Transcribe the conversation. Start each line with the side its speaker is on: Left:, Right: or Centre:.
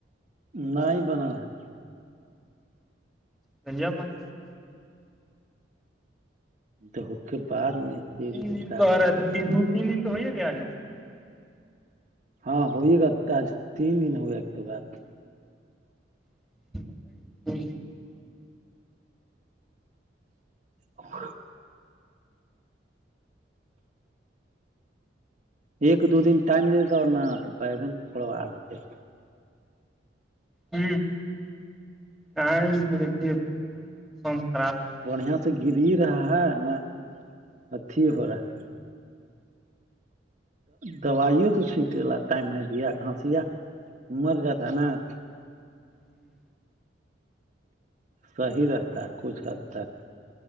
Right: نہیں ہی بنا ہے-
Centre: پنجاب میں نہیں ہے گ-
Right: د کے بعد میں- سری
Centre: دو تین
Right: کے
Centre: دن
Right: ساتھ
Centre: تو آ رہا
Right: رہیے
Centre: ہے تو
Right: گا
Centre: کہ دو تین دن تو ہو ہییا گیا آج وہ-
Right: ہاں ہوئی گت آج تین دن ہوئیکت گ آ-
Centre: ب
Right: اور ایک دو دن ٹائم دی دیتا اور ن تو بیگن بھی تھڑوا دیتے-
Centre: ہ ٹائم تو دیکھیے ب- موسم خ
Right: بڑھیا سے گری رہا ہے نہ اتھی ہو رہا ہے- دوائیوں تو چھیٹ ل ٹائم نہیں دیا کھانسیا مر جاتا نا-
Centre: ہوں
Right: صحیح رہتا کچھ حد تک-